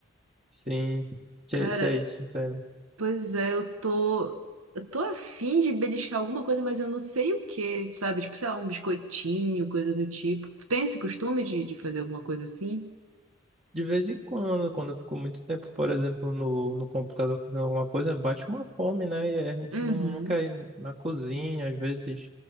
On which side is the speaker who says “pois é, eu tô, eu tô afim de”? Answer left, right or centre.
Right